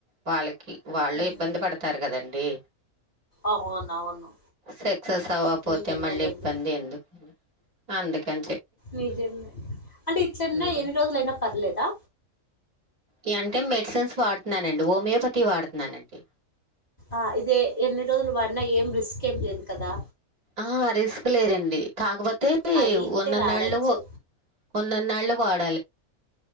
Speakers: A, on the right; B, on the left.
A: వాళ్ళకి వాళ్ళే
B: ఉమ్,
A: ఇబ్బంది పడతారు కదండి.
B: అవునవును
A: సక్సెస్ అవ్వపోతే
B: నిజమేలేండి
A: మళ్ళీ ఇబ్బంది ఎందుకు? అందుకేనీ
B: నిజమే అంటే ఇట్లున్నా
A: హ్మ్.
B: ఎన్ని రోజులైనా పర్లేదా.
A: ఇ అంటే మెడిసిన్స్ వాడుతున్నానండి ఓమియోపతి వాడుతున్నానండి.
B: ఆ ఇదే ఎన్ని రోజులు వాడిన ఏం రిస్క్ ఏమి లేదు కదా.
A: ఆ రిస్క్ లేదండి కాకపో. అతే
B: అయితే
A: ఓ ఉన్న
B: ఆడొచ్చు
A: నాళ్ళు, ఓ ఒన్న నాళ్ళు, వాడు.